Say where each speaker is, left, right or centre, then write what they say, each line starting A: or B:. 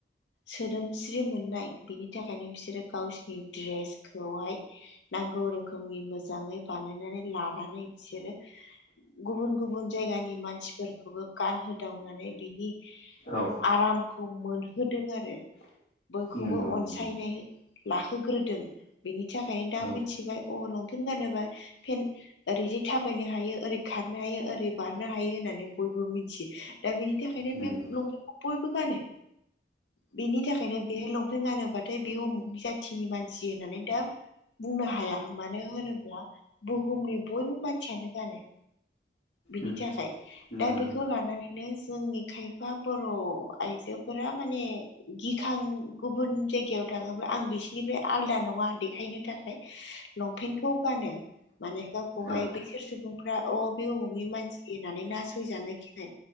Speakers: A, on the left (about 80°); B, on the left (about 45°).
A: सोदोमस्रि मोननाय बिनि थाखायनो बिसोरो गावसिनि ड्रेसखौहाय नांगौ रोखोमनि मोजाङै बानायनानै लानानै बिसोरो गुबुन गुबुन जायगानि मानसिफोरखौबो गानहोदावनानै बिनि
B: औ
A: आराम मोनहोदों आरो बयखौबो
B: नंगौ
A: अनसायनाय
B: नंगौ
A: लाहोग्रोदों। बिनि थाखायनो दा
B: औ
A: मोनथिबाय अ लंपेेनट गानोबा पेन ओरैजे थाबायनो हायो ओरै खारनो हायो ओरै बारनो हायो होननानै बयबो मिथियो दा बेनि थाखायनो
B: नंगौ
A: बे लंपेन्टखौ बयबो गानो बेनि थाखायनो बेहाय लंपेन्ट गानोबाथाय बे उमुगनि जा जाथिनि मानसि होननानै दा बुंनो हाया। मानो होनोब्ला बुहुमनि बयबो मानसियानो गानो। बिनि
B: उम
A: थाखाय दा
B: नंगौ
A: बेखौ लानानैनो जोंनि खायफा बर' आइजो फोर माने गिखां गुबुन जायगायाव थाङोब्ला आं बिसिोरनिफ्राय आलदा नङा देखायनो थाखाय लंपेन्टखौ गानो माने गावखौहाय
B: औ
A: बैसोर सुबुं फ्रा अ बे उमुगनि मानसि होननानै नासयजानो गिनाय